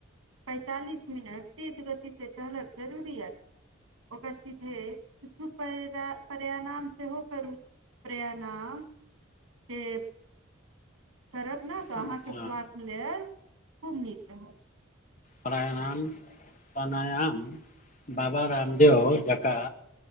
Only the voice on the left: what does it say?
हँ
प्रायाणाम प्रणायाम बा बा रामदेव जकां,